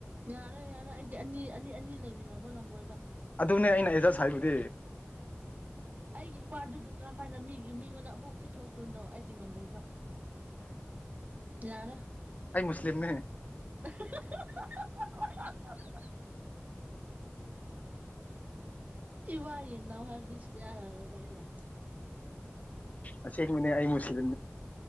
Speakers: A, on the right; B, on the left.
A: ꯌꯥꯔꯣꯏ ꯌꯥꯔꯣꯏ ꯑꯩꯗꯤ ꯑꯅꯤ ꯑꯅꯤ ꯑꯅꯤ ꯂꯩꯃꯤꯟꯅꯕ ꯉꯝꯃꯣꯏꯕ
B: ꯑꯗꯨꯅꯦ ꯑꯩꯅ ꯑꯦꯖꯁ ꯍꯥꯏꯕꯗꯤ
A: ꯑꯩꯒꯤ ꯏꯃꯗꯨꯕꯨ ꯀꯔꯝꯥꯏꯅ ꯃꯤꯒꯤ ꯃꯤꯉꯣꯟꯗ ꯑꯃꯨꯛ ꯄꯤꯊꯣꯛꯇꯣꯏꯅꯣ ꯑꯩꯗꯤ ꯉꯝꯃꯣꯏꯕ ꯌꯥꯔ
B: ꯑꯩꯥꯏ ꯃꯁꯂꯤꯝꯅꯦ
A: <unintelligible> ꯏ ꯋꯥꯏ ꯑꯦꯅꯥ ꯍꯥꯏꯕꯗꯤ <inaudible> ꯌꯥꯔꯣꯏꯕ ꯑꯩꯅ
B: ꯑ ꯃꯅꯦ ꯑꯩꯏ ꯃ ꯁꯤꯅꯦ